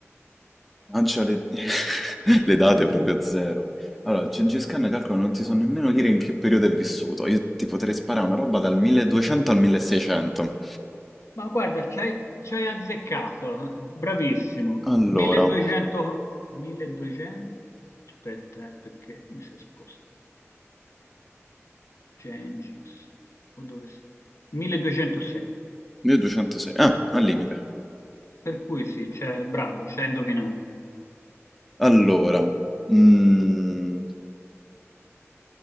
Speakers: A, in the centre; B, on the left (about 70°).
A: Lancia le, <laughs> le date proprio a zero. Allora, Gengis Khan, calcolo, non ti so nemmeno dire in che periodo è vissuto. Io ti potrei sparare una roba dal 1200 al 1600.
B: Ma guarda, ci hai, ci hai azzeccato, bravissimo.
A: Allora,
B: 1200, 1200, aspetta, eh, perché mi si è spostato. Gengis, o dove sei? 1206.
A: 1206. Ah, al limite.
B: Per cui sì, c'è, bravo, ci hai indovinato.
A: Allora, mm,